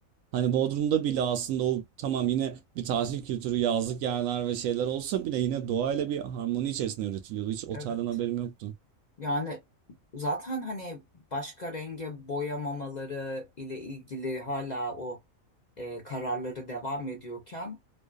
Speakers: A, on the right; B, on the left.
A: Hani Bodrum'da bile aslında o tamam yine bir tatil kültürü, yazlık yerler ve şeyler olsa bile yine doğayla bir harmoni içerisinde üretiliyordu. Hiç otelden
B: Evet.
A: haberim yoktu.
B: Yani zaten hani başka renge boyamamaları ile ilgili hala o e, kararları devam ediyorken